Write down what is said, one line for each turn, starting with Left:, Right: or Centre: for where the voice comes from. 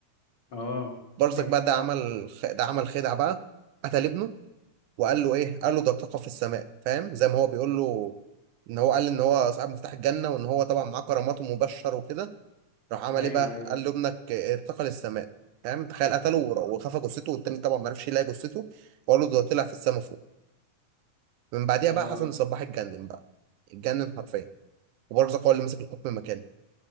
Left: اه
Right: برزق
Left: افتكر
Right: بقى ده عمل خ... ده عمل خدعه بقى قتل ابنه وقال له ايه قال له ده طاقه في السماء فاهم زي ما هو بيقول له ان هو قال ان هو صاحب مفتاح الجنه وان هو طبعا معاه كرامات ومبشر وكده راح عمل
Left: ايوه
Right: ايه بقى
Left: ايوه
Right: قال له ابنك ارتقى للسماء فاهم تخيل قتله ور- وخفى جثته والتاني طبعا ما عرفش يلاقي جثته وقال له ده طلع في السماء فوق من بعديها
Left: اه
Right: بقى حسن الصباح اتجنن بقى اتجنن حرفيا وبرزق هو اللي مسك الحكم مكانه